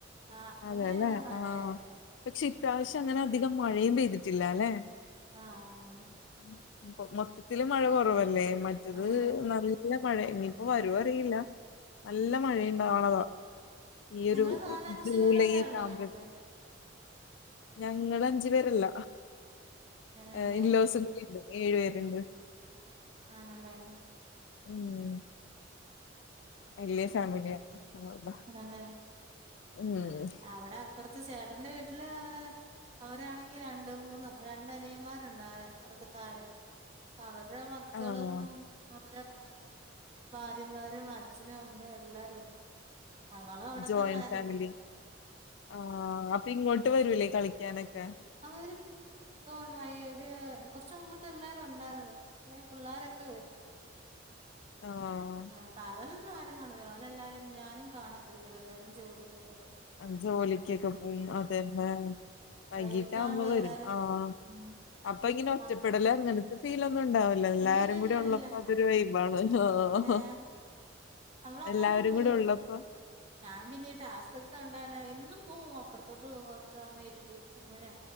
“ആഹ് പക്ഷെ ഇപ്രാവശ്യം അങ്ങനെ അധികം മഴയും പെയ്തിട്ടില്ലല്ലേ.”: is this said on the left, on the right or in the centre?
Left